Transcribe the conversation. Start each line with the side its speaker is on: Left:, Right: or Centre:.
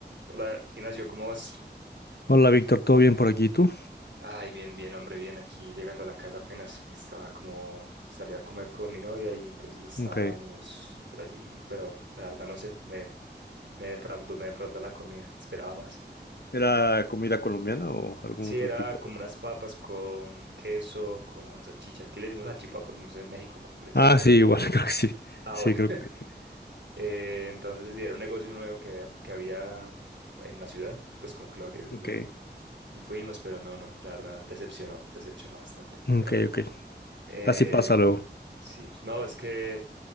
Right: Hola, Ignacio, ¿cómo vas?
Left: Hola Víctor, ¿todo bien por aquí? ¿Tú?
Right: Ay, bien, bien, hombre, bien. Aquí llegando a la casa apenas, que estaba como, salí a comer con mi novia y entonces estábamos
Left: Ok.
Right: por allí, pero la verdad no sé, me, me defraudó, me defraudó la comida, esperaba más.
Left: ¿Era comida colombiana o algún
Right: Sí,
Left: otro
Right: era
Left: tipo
Right: como
Left: de...?
Right: unas papas con queso, con salchicha. Aquí le decimos salchipapas, no sé en México cómo les,
Left: Ah, sí,
Right: cómo
Left: igual,
Right: les diré.
Left: <laughs> creo que sí.
Right: Ah,
Left: Sí,
Right: bueno.
Left: creo
Right: <laughs>
Left: que... sí.
Right: Eh, entonces sí, era un negocio nuevo que, había- que había en la ciudad, pues como que lo abrieron
Left: Ok.
Right: y Y fuimos, pero no, no, la verdad, decepcionó, decepcionó bastante.
Left: Ok,
Right: Pero bueno,
Left: ok.
Right: eh,
Left: Así pasa luego.
Right: sí, no, es que